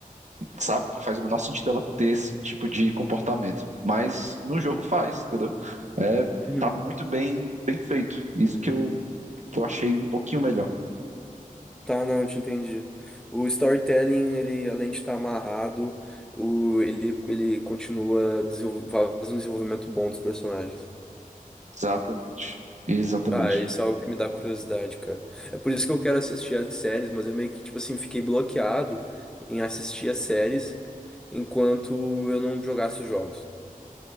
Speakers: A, on the right; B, in the centre.
A: sabe? Não faz o menor sentido ela ter esse tipo de comportamento. Mas no jogo
B: uhum,
A: faz, entendeu? É,
B: uhum.
A: tá muito bem, bem feito. Isso que eu, que eu achei um pouquinho melhor.
B: Tá, não, eu te entendi. O storytelling, ele, além de estar amarrado, o, ele, ele continua desenvol- faz um desenvolvimento bom dos personagens.
A: Exatamente. Exatamente.
B: Ah, isso é algo que me dá curiosidade, cara. É por isso que eu quero assistir as séries, mas eu meio que, tipo assim, fiquei bloqueado em assistir as séries enquanto eu não jogasse os jogos.